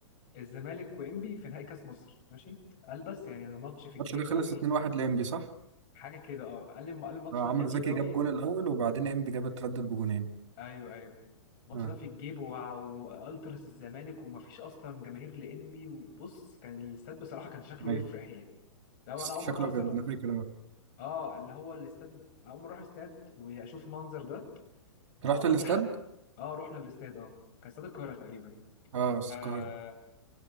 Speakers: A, on the left; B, on the right.
A: الزمالك وانبي في نهائي كاس مصر ماشي قال بس يعني ده ماتش في الجيب
B: الماتش ده خلص
A: قوي
B: 2-1 لانبي صح
A: حاجه كده اه قال لي قال الماتش
B: آه،
A: ده
B: عمرو
A: في الجيب
B: زكي
A: قوي
B: جاب جون الاول وبعدين انبي جاب اتردد بجونين
A: ايوه ايوه الماتش
B: اه
A: ده في الجيب وع- والتراس الزمالك ومفيش اصلا جماهير لانبي وبص كان الاستاد بصراحه كان شكله
B: ايوه
A: يفرح يعني لو
B: شكله
A: انا اول مره اصلا
B: ابيض انا فاكر اه
A: اه اللي هو الاستاد اول مره اروح استاد واشوف المنظر ده
B: أنت
A: اللي هو
B: رحت
A: اي
B: الاستاد
A: حد اه رحنا الاستاد اه كان استاد القاهره تقريبا
B: اه القاهره
A: آه